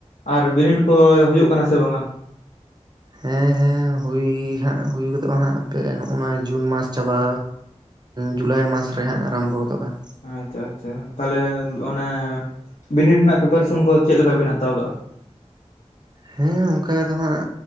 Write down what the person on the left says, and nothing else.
ᱟᱨ ᱵᱤᱱᱤᱰ ᱠᱚ ᱦᱩᱭᱩᱜ ᱠᱟᱱᱟ ᱥᱮ ᱵᱟᱝᱟ?
ᱟᱪᱪᱷᱟ ᱟᱪᱪᱷᱟ, ᱛᱟᱦᱚᱞᱮ ᱚᱱᱮ ᱵᱤᱱᱤᱰ ᱨᱮᱱᱟᱜ ᱯᱨᱮᱯᱽᱟᱨᱮᱥᱚᱱ ᱠᱚᱫᱚ ᱪᱮᱫ? ᱞᱮᱠᱟ ᱵᱤᱱ ᱦᱟᱛᱟᱣ ᱟᱠᱟᱜᱼᱟ ᱾